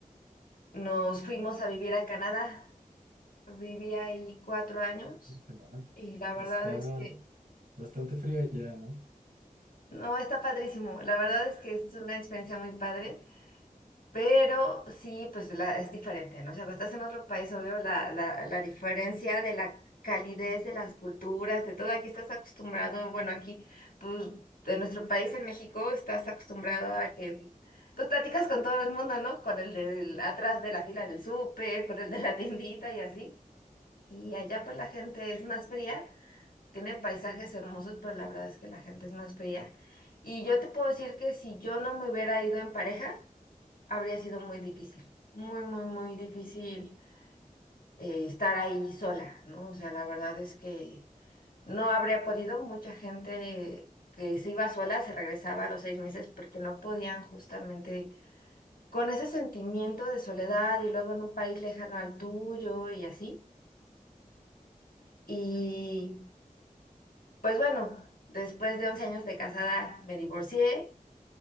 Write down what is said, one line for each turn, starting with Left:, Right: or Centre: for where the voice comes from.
Left: nos fuimos a vivir a Canadá. Viví ahí cuatro años
Right: Ujú.
Left: y la verdad
Right: Está
Left: es que,
Right: bastante fría ya, ¿no?
Left: no, está padrísimo. La verdad es que es una experiencia muy padre. Pero sí, pues la, es diferente, ¿no? O sea, cuando estás en otro país, obvio, la, la, la diferencia de la calidez de las culturas, de todo, aquí estás acostumbrado, bueno, aquí, pues, de nuestro país, en México, estás acostumbrado a que, pues, platicas con todo el mundo, ¿no? Con el del atrás de la fila del súper, con el de la tiendita y así. Y allá, pues, la gente es más fría tiene paisajes hermosos, pero la verdad es que la gente es más fría. Y yo te puedo decir que si yo no me hubiera ido en pareja, habría sido muy difícil, muy, muy, muy difícil eh, estar ahí sola, ¿no? O sea, la verdad es que no habría podido. Mucha gente que se iba sola se regresaba a los seis meses porque no podían justamente con ese sentimiento de soledad y luego en un país lejano al tuyo y así. Y Pues bueno, después de 11 años de casada me divorcié